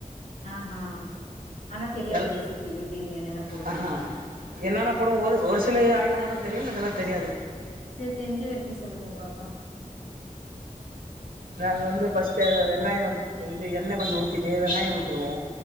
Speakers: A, on the left; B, on the right.
A: ஆ ஹ ஆனா தெரியாது
B: எல்
A: ரெசிபி எப்டி என்னென்ன போடுவீங்கன்னு
B: ஆஹா என்னென்ன போடும் ஒரு ஒரு சில ஐட்டம் மட்டு தெரியு இதெல்லா தெரியாது
A: சரி தெரிஞ்சி வரைக்கு சொல்லுங்க பாக்கலா
B: நாங்க வந்து பர்ஸ்ட் வெங்காயம் இது எண்ணெய் கொஞ்சம் ஊத்திட்டு வெங்காயம் ஊத்துடுவோ